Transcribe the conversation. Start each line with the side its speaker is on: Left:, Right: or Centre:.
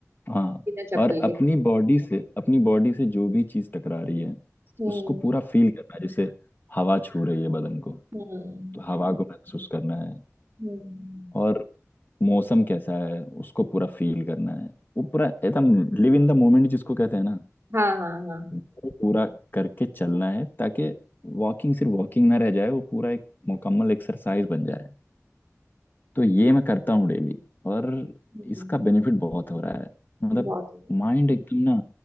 Left: हाँ
Right: बिना चप्पल
Left: और
Right: के
Left: अपनी बॉडी से अपनी बॉडी से जो भी चीज टकरा रही है
Right: हम्म
Left: उसको पूरा फील करना है जैसे हवा छू रही है बदन को
Right: हम्म
Left: तो हवा को महसूस करना है
Right: हम्म
Left: और मौसम कैसा है उसको पूरा फील करना है वो पूरा एकदम लिव इन द मोमेंट जिसको कहते हैं ना
Right: हाँ हाँ हाँ
Left: वो पूरा करके चलना है ताकि वॉकिंग सिर्फ वॉकिंग ना रह जाए वो पूरा एक मुकम्मल एक्सरसाइज बन जाए तो ये मैं करता हूँ डेली और
Right: हम्म,
Left: इसका बेनिफिट बहुत हो रहा है मतलब
Right: बहुत हो गया
Left: माइंड एकदम ना